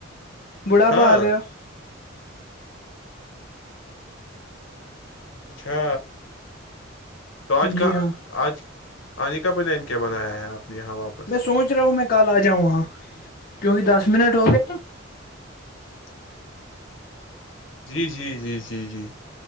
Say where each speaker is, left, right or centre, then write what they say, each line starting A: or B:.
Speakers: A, on the left (about 45°); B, on the left (about 70°).
A: بڑھاپا
B: ہاں
A: آ گیا
B: اچھا تو آج کااں
A: جی ہاں
B: آج آیکا پنین کیا بنایا ہے آپ نے یہاں واپس
A: میں سوچ رہا ہوں میں کل آ جاؤں وہاں کیونکہ دس منٹ ہو گئے <unintelligible>
B: <unintelligible> جی جی جی جی جی جی